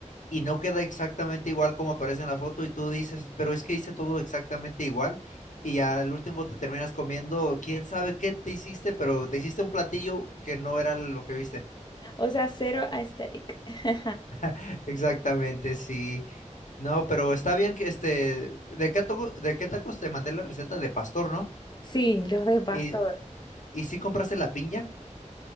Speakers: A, on the left; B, on the left.
A: y no queda exactamente igual como aparece en la foto y tú dices, pero es que hice todo exactamente igual y al último te terminas comiendo, quién sabe qué te hiciste, pero te hiciste un platillo que no era lo que viste.
B: O sea, cero aesthetic. <laughs>
A: <laughs> Exactamente, sí. No, pero está bien que este, ¿de qué, taco- de qué tacos te mandé la receta de pastor, ¿no?
B: Sí, los de pastor.
A: Y, y sí compraste la piña.